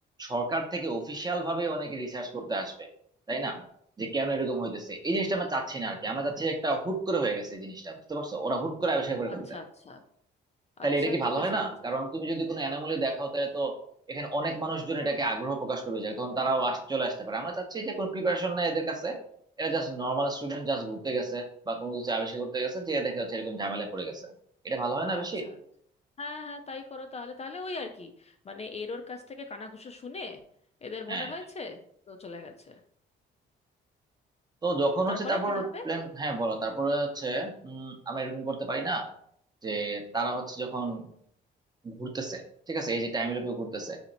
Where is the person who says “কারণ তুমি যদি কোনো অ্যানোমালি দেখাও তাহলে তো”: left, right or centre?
Right